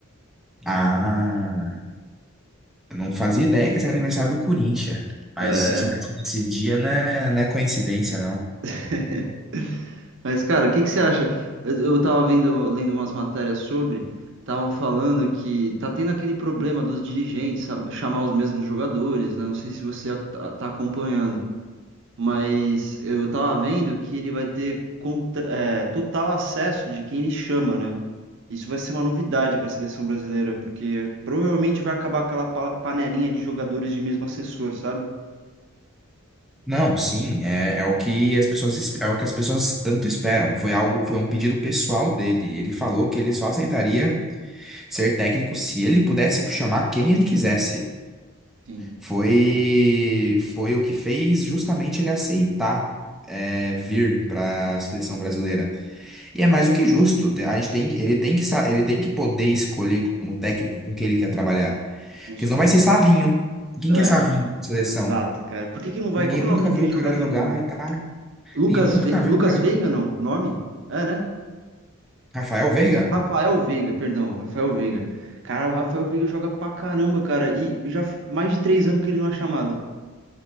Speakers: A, in the centre; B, on the right.
A: Ah, eu não fazia ideia que esse era aniversário do Corinthians. Mas
B: É.
A: se você nasceu dia, não é, não é coincidência, não.
B: <laughs> Mas, cara, o que que você acha? Eu eu tava vendo, lendo umas matérias sobre, estavam falando que tá tendo aquele problema dos dirigentes sa- chamar os mesmos jogadores, né? Não sei se você a- tá tá acompanhando, mas eu tava vendo que ele vai ter contra- é, total acesso de quem ele chama, né? Isso vai ser uma novidade para a seleção brasileira, porque provavelmente vai acabar aquela pa- panelinha de jogadores de mesmo assessor, sabe?
A: Não, sim, é, é o que as pessoas, es- é o que as pessoas tanto esperam. Foi algo, foi um pedido pessoal dele. Ele falou que ele só aceitaria ser técnico se ele pudesse chamar quem ele quisesse.
B: Sim,
A: foi foi o que fez justamente ele aceitar é, vir para a seleção brasileira. E é mais do que justo. Te- A gente tem, ele tem que sa- ele tem que poder escolher como técnico com quem ele quer trabalhar.
B: com
A: Porque
B: certeza.
A: senão vai ser Savinho. Quem
B: É,
A: que é Savinho? Seleção.
B: exato, cara. Por que que não vai?
A: Ninguém
B: Qual que
A: nunca
B: é o nome daquele
A: viu o
B: jogador
A: cara jogar,
B: do
A: mas tá.
B: Lucas,
A: Ninguém nunca
B: Ve...
A: viu
B: Lucas
A: o cara.
B: Veiga, não? O Nome? É, né?
A: Rafael Veiga.
B: Rafael Veiga, perdão, Rafael Veiga. Cara, o Rafael Veiga joga pra caramba, cara. E já f- mais de três anos que ele não é chamado.